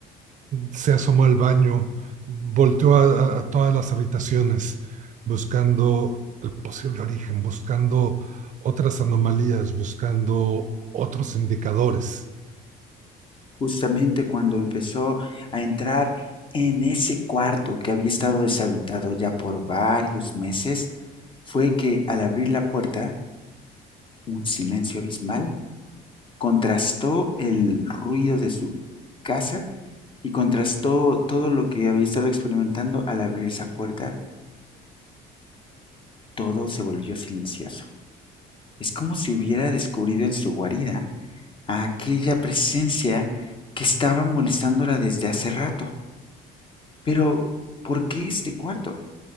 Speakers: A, on the right (about 45°); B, on the left (about 30°).
A: se asomó al baño, volteó a, a todas las habitaciones buscando el posible origen, buscando otras anomalías, buscando otros indicadores,
B: Justamente cuando empezó a entrar en ese cuarto que había estado deshabitado ya por varios meses, fue que al abrir la puerta, un silencio abismal contrastó el ruido de su casa y contrastó todo lo que había estado experimentando al abrir esa puerta. Todo se volvió silencioso. Es como si hubiera descubrido en su guarida a aquella presencia que estaba molestándola desde hace rato. Pero, ¿por qué este cuarto?